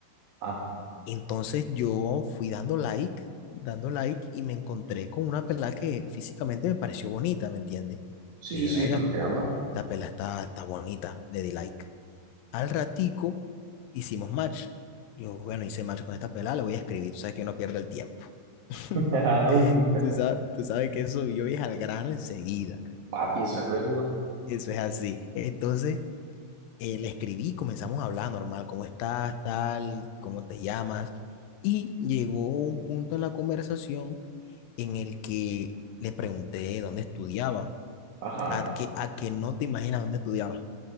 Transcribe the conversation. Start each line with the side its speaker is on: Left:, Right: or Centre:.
Right: Ah,
Left: Entonces yo fui dando like, dando like y me encontré con una pelada que físicamente me pareció bonita, ¿me entiendes?
Right: sí,
Left: Dije,
Right: sí,
Left: venga,
Right: te entiendo.
Left: esta pelada está, está bonita, le di like. Al ratico hicimos match. Yo, bueno, hice match con esta pelada, le voy a escribir, tú sabes que uno pierde el tiempo. <laughs>
Right: <laughs> Ajá, Nunca.
Left: Tú sabes, tú sabes que eso yo es al grano enseguida.
Right: Papi, eso es de uno.
Left: Eso es así. Entonces, eh, le escribí, comenzamos a hablar normal, ¿cómo estás, tal, cómo te llamas? Y llegó un punto en la conversación en el que le pregunté dónde estudiaba,
Right: Ajá.
Left: a que, a que no te imaginas dónde estudiaba,